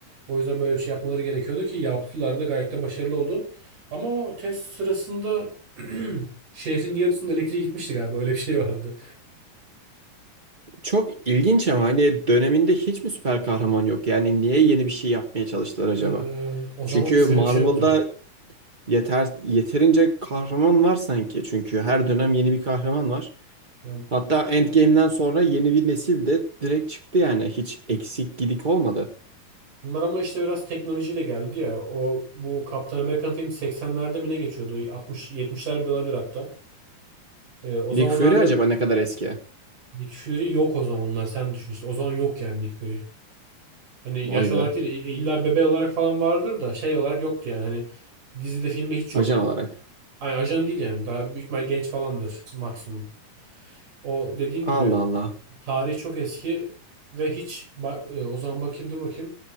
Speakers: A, on the right; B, on the right.
A: O yüzden böyle bir şey yapmaları gerekiyordu ki yaptılar da gayet de başarılı oldu. Ama o test sırasında <clears throat> şehrin yarısında elektriği gitmişti galiba öyle bir şey vardı.
B: Çok ilginç ama hani döneminde hiç mi süper kahraman yok? Yani niye yeni bir şey yapmaya çalıştılar acaba?
A: Ee, o zaman
B: Çünkü
A: hiç öyle
B: Marvel'da
A: bir şey yoktu.
B: yeter yeterince kahraman var sanki. Çünkü her dönem yeni bir kahraman var.
A: Ya,
B: Hatta Endgame'den sonra yeni bir nesil de direkt çıktı yani. Hiç eksik gidik olmadı.
A: Bunlar ama işte biraz teknolojiyle geldi ya. O bu Kaptan Amerikan film 80'lerde mi ne geçiyordu? 60 70'lerde bile olabilir hatta. Ee, o zamanlarda
B: Nick Fury acaba ne kadar eski?
A: Nick Fury yok o zamanlar sen düşün işte. O zaman yok yani Nick Fury. Hani
B: Vay
A: yaş olarak
B: be.
A: değil illa bebe olarak falan vardır da şey olarak yoktu yani hani dizide filmde hiç yok.
B: Ajan olarak.
A: Yani ajan değil yani daha büyük ihtimal genç falandır maksimum. O dediğim
B: Allah
A: gibi
B: Allah.
A: tarih çok eski ve hiç ba- e, o zaman bakayım dur bakayım.